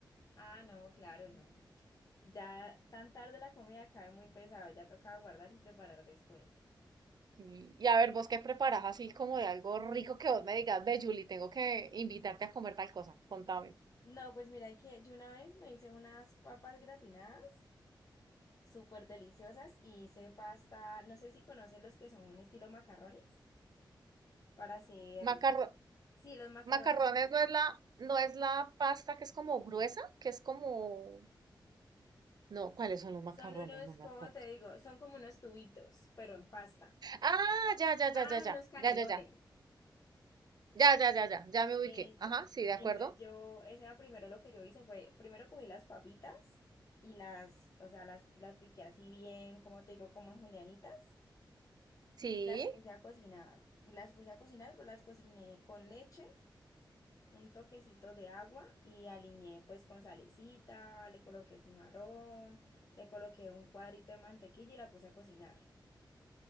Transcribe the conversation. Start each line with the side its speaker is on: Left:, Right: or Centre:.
Left: Ah, no, claro, no. Ya tan tarde la comida cae muy pesado, ya tocaba guardar y preparar después.
Right: Y, y a ver, vos qué preparás así como de algo rico que vos me digas, ve, Julie, tengo que invitarte a comer tal cosa. Contame.
Left: No, pues mira, que yo una vez me hice unas papas gratinadas súper deliciosas y hice pasta, no sé si conoces los que son un estilo macarrones, para hacer,
Right: Macarro
Left: sí, los macarroncitos.
Right: Macarrones no es la, no es la pasta que es como gruesa, que es como, no, ¿cuáles son los macarrones?
Left: Son unos,
Right: No me
Left: ¿cómo
Right: acuerdo.
Left: te digo? Son como unos tubitos, pero en pasta.
Right: Ah, ya, ya,
Left: Ah,
Right: ya, ya, ya,
Left: los canelones.
Right: ya, ya, ya, ya, ya, ya, ya, ya me ubiqué.
Left: Eso.
Right: Ajá, sí, de
Left: Y
Right: acuerdo.
Left: entonces yo, ese era primero lo que yo hice fue, primero cogí las papitas y las, o sea, las, las piqué así bien, como te digo, como en julianitas,
Right: Sí,
Left: y las puse a cocinar. Y las puse a cocinar, pero las cociné con leche, un toquecito de agua y aliñé pues con salecita, le coloqué cimarrón, le coloqué un cuadrito de mantequilla y la puse a cocinar.